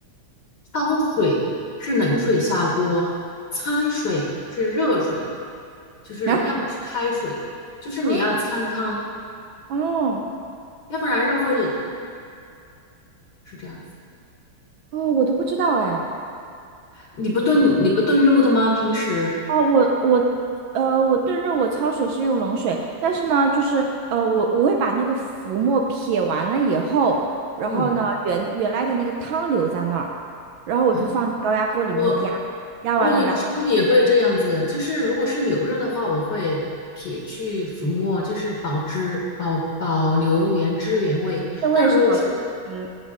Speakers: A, on the left; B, on the right.
A: 焯水是冷水下锅，掺水是热水，就是要么是开水，
B: 啊，
A: 就是你要掺汤，
B: 啊，哦
A: 要不然肉会老，是这样子。
B: 哦，我都不知道哎。
A: 你不炖你不炖肉的吗？
B: 嗯，
A: 平时？
B: 哦，我我呃，我炖肉我焯水是用冷水，但是呢，就是呃，我我会把那个浮沫撇完了以后，然后呢，
A: 嗯。
B: 原原来的那个汤留在那儿，然后我就放高压锅里面压，
A: 哦。我。
B: 压完了，
A: 我有时候也会这样子，
B: 然后
A: 就是如果是牛肉的话，我会撇去浮沫，就是保汁保保留原汁原味。
B: 这我也是保留原汁。
A: 但如果是